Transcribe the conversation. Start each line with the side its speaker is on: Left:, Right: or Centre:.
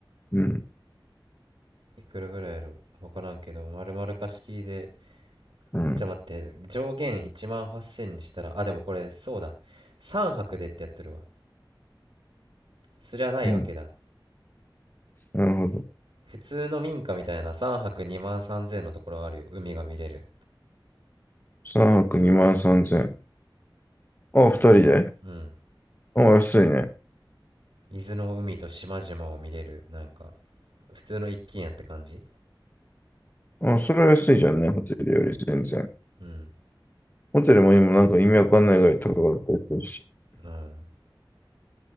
Left: うん。
Right: いくらぐらいやろ分からんけど丸々貸し切りで
Left: うん。
Right: じゃと待って上限1万8000にしたらあでもこれそうだ三泊でってやってるわそりゃないわけだ
Left: うん。なるほど。
Right: 普通の民家みたいな三泊2万3000のところあるよ海が見れる
Left: 3泊2万3千0あ、2人で
Right: うん
Left: あ、安いね。
Right: 伊豆の海と島々を見れるなんか普通の一軒家って感じ
Left: あ、それは安いじゃんね、ホテルより全然。
Right: うん
Left: ホテルも今なんか意味わかんないぐらい高かったりするし。
Right: うん